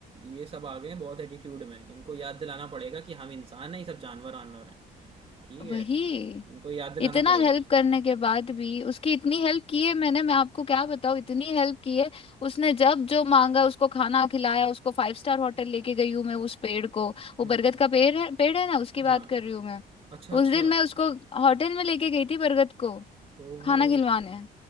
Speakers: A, on the right; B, on the left.
A: ये सब आ गए हैं बहुत एटीट्यूड में इनको याद दिलाना पड़ेगा कि हम इंसान हैं ये सब जानवर वानवर हैं ठीक है
B: वही
A: इनको याद दिलाना
B: इतना
A: पड़ेगा
B: हेल्प करने के बाद भी उसकी इतनी हेल्प की है मैंने मैं आपको क्या बताऊँ इतनी हेल्प की है उसने जब जो मांगा उसको खाना खिलाया उसको फाइव स्टार होटल लेके गई हूँ मैं उस पेड़ को वो
A: हम्म
B: बरगद का पेड़ है पेड़ है ना उसकी बात
A: हाँ
B: कर रही हूँ मैं
A: अच्छा अच्छा
B: उस दिन मैं उसको होटल में लेके गई थी बरगद को
A: ओ
B: खाना
A: भाई
B: खिलवाने